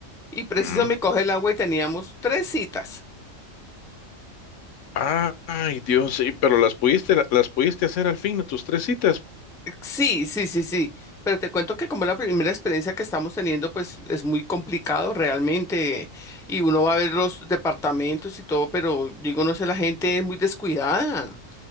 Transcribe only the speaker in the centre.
Y preciso
me coge el agua y teníamos tres citas.
Sí, sí, sí, sí. Pero te cuento que como la primera experiencia que estamos teniendo, pues es muy complicado realmente. Y uno va a ver los departamentos y todo, pero digo, no sé, la gente es muy descuidada.